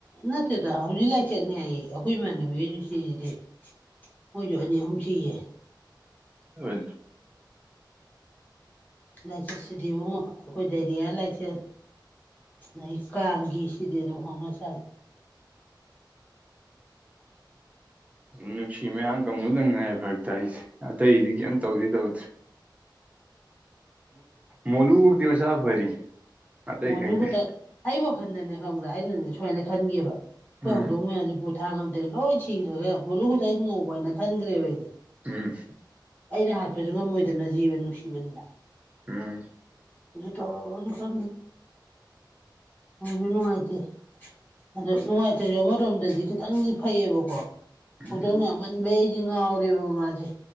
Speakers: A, on the left; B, on the right.
A: ꯅꯠꯇꯦꯗ ꯍꯧꯖꯤꯛ ꯂꯥꯏꯆꯠꯅꯤ ꯍꯥꯏ ꯑꯩꯈꯣꯏ ꯏꯃ ꯁꯤꯗꯦ ꯑꯣꯏꯖꯅꯤ ꯍꯧꯨ ꯁꯤꯌꯦ
B: ꯑꯣꯏ
A: ꯂꯥꯏꯆꯠꯁꯤꯗꯤꯕꯨꯛ ꯑꯩꯈꯣꯏ ꯗꯥꯏꯔꯤꯌꯥ ꯂꯥꯏꯆꯠ ꯑꯣꯏ ꯀꯥꯡꯒꯤꯁꯤꯗꯤ ꯑꯗꯨꯝ ꯍꯣꯠꯅ ꯆꯪꯉ
B: ꯅꯨꯡꯁꯤ ꯃꯌꯥꯝ ꯀꯥꯡꯪꯕꯨꯨꯗꯪ ꯉꯥꯏ ꯐꯔꯛꯇ ꯑꯩꯁꯦ ꯑꯇꯩꯗꯤ ꯀꯩꯝ ꯇꯧꯗꯤ ꯇꯧꯗ꯭ꯔꯦ ꯃꯣꯂꯨ ꯀꯣꯛꯛꯇ ꯃ ꯁꯥ ꯐꯔꯤ ꯑꯇꯩ
A: ꯃꯣꯅꯨ
B: ꯈꯪꯗꯦ
A: ꯈꯛꯇꯪ ꯑꯩ ꯋꯥꯈꯟꯗꯅꯦ ꯈꯪꯕ꯭ꯔꯥ ꯑꯩꯅꯅꯦ ꯁꯨꯃꯥꯏꯅ ꯈꯟꯒꯦꯕ ꯑꯩꯈꯣꯏ
B: ꯎꯝ
A: ꯍꯧꯗꯣꯡ ꯃꯌꯥꯝꯁꯤꯦ ꯄꯣꯊꯥ ꯉꯇꯦ ꯂꯣꯏ ꯁꯤꯈ꯭ꯔꯒ ꯃꯣꯠꯂꯨ ꯇ ꯍꯤꯡ ꯉꯧꯕ ꯍꯥꯏꯅ ꯈꯟꯈ꯭ꯔꯦꯕ ꯑꯩꯁꯦ
B: ꯎꯝ
A: ꯑꯩꯅ ꯍꯥꯠꯄꯁꯨ ꯉꯝꯃꯣꯏꯗꯅ ꯖꯤꯕ ꯅꯨꯡꯁꯤꯕꯅꯤꯅ
B: ꯎꯝ
A: ꯊꯧꯔ ꯑꯗꯨꯀꯥꯟ ꯀꯗ ꯃꯅ ꯃꯥꯍꯤꯇ ꯑꯗꯣ ꯅꯨꯡꯉꯥꯏꯇꯔꯤꯕ ꯑꯃꯔꯣꯝꯗꯗꯤ ꯈꯤꯇꯪꯗꯤ ꯐꯩꯌꯦꯕꯀꯣ
B: ꯎꯝ
A: ꯊꯗ ꯑꯃꯟꯕꯩ ꯁꯤ ꯉꯥꯎꯔꯦꯕ ꯃꯃꯥꯁꯦ